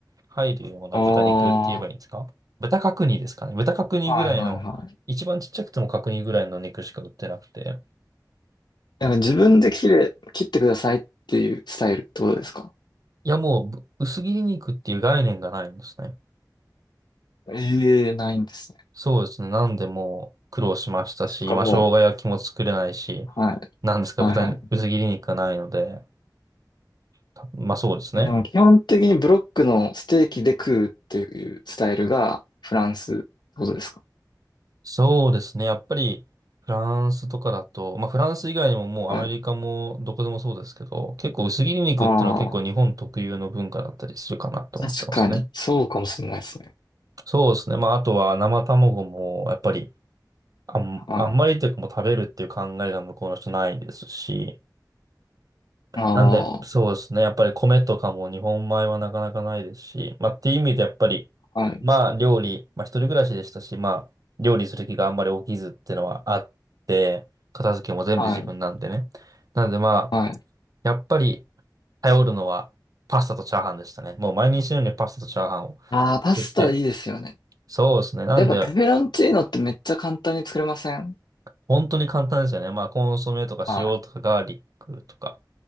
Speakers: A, on the right; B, on the left.
A: 入るような豚肉って言えばいいんですか豚角煮ですかね。
B: ああ、は
A: 豚角煮ぐらいの、
B: いはいはい。
A: 一番ちっちゃくても角煮ぐらいの肉しか売ってなくて。
B: なんか自分で切れ、切ってくださいっていうスタイルってことですか
A: いや、もうぶ薄切り肉っていう概念がないんですね。
B: ええー、ないんですね。
A: そうですね。なんでもう苦労しましたし、
B: そっか、
A: まあ、
B: も
A: 生姜焼きも作れないし、
B: う、はい。
A: なんですか、
B: はいはい。
A: 豚に、薄切り肉がないので、たまあそうですね。
B: えでも基本的にブロックのステーキで食うっていうスタイルがフランスってことですか
A: そうですね。やっぱり、フランスとかだと、まあ、フランス以外にももうアメリカもどこでもそうですけど、
B: はい。
A: 結構薄切り肉っていうのは結構日本特有の文化だったりするかなと思ってますね。
B: ああ、確かに、そうかもしれないですね。
A: そうですね。まあ、あとは生卵も、やっぱり、あん、
B: はい。
A: あんまりというかもう食べるっていう考えが向こうの人ないですし、
B: ああ、
A: なんで、そうですね。やっぱり米とかも日本米はなかなかないですし、まあっていう意味でやっぱり、
B: はい、
A: まあ料理、まあ一人暮らしでしたし、まあ料理する気があんまり起きずっていうのはあって、片付けも全部自分なんでね。
B: はい、
A: なのでまあ、
B: はい。
A: やっぱり頼るのはパスタとチャーハンでしたね。もう毎日のようにパスタとチャーハンを
B: ああ、パスタいいですよね。
A: 作って、そうですね。なんで、
B: やっぱペペロンチーノってめっちゃ簡単に作れません
A: 本当に簡単ですよね。まあコンソメとか塩とかガーリックとか、
B: は